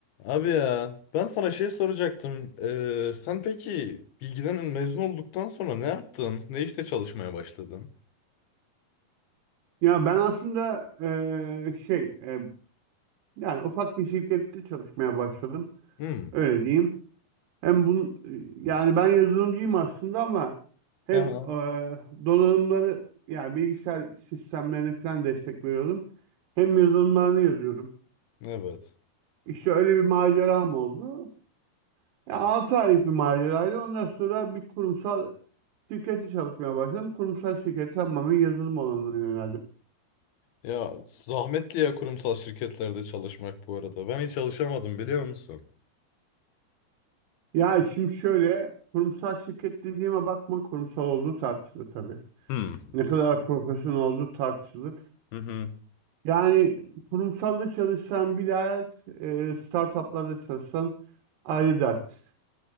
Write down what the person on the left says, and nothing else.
Abi ya ben sana şey soracaktım. Ee, sen peki bilgiden mezun olduktan sonra ne yaptın? Ne işte çalışmaya başladın?
Hmm.
Aha,
evet.
Ya zahmetli ya kurumsal şirketlerde çalışmak bu arada. Ben hiç çalışamadım biliyor musun?
Hmm.
Hı hı.